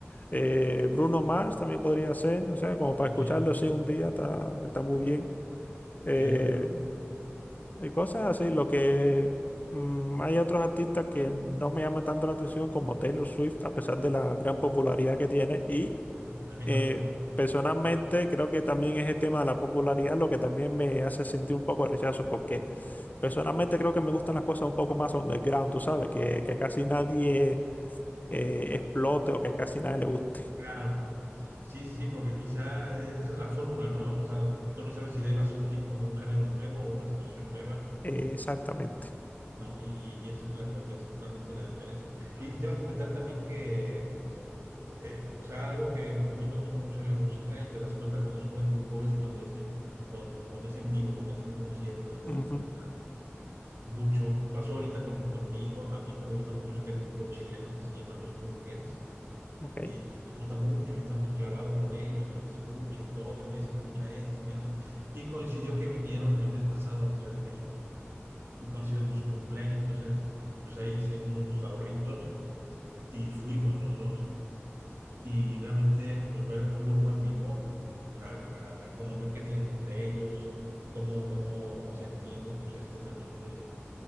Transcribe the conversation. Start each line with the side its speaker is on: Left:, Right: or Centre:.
Left: Eh, Bruno Mars también podría ser, o sea, como para
Right: también,
Left: escucharlo así un día está, está muy bien. Eh,
Right: sí, total.
Left: y cosas así, lo que mm, hay otros artistas que no me llaman tanto la atención como Taylor Swift, a pesar de la gran popularidad que tiene. Y
Right: A mí
Left: eh,
Right: tampoco.
Left: personalmente creo que también es el tema de la popularidad lo que también me hace sentir un poco de rechazo, porque personalmente creo que me gustan las cosas un poco más underground, tú sabes, que, que casi nadie eh, explote o que casi nadie le guste.
Right: Claro, sí, sí, sí, porque quizá e- esa es la fórmula, ¿no? O sea, tú no sabes si de ahí va a surgir como un género nuevo o una situación nueva,
Left: Eh, exactamente.
Right: ¿no? Y, y, y eso es la- lo que hace totalmente la diferencia. Y te iba a comentar también que, eh, o sea, algo que a mí me gusta mucho de la música y te das cuenta cuando es un buen grupo es cuando es en, cuando, cuando es en vivo, cuando es en un concierto, ahí te
Left: Ujú,
Right: das cuenta mucho. Pasó ahorita con, con mi hijo, a mi hijo le gusta mucho este grupo chileno que se llama Los Bunkers
Left: Ok.
Right: y le gusta mucho y está muy clavado con ellos y los escucha y todo, y me dice, escucha esto, menos. Y coincidió que vinieron el mes pasado a la Ciudad de México y coincidió con su cumpleaños, entonces pues ahí hice unos ahorritos y fuimos los dos. Y realmente pues ver a un grupo en vivo, la, la, la comunión que tienen entre ellos, cómo, cómo se entienden, pues es totalmente